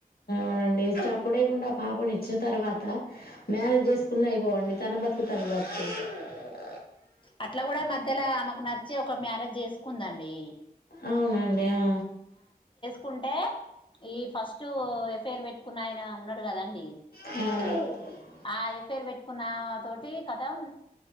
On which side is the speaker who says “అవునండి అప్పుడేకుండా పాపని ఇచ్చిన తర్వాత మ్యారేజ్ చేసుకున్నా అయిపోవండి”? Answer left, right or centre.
Left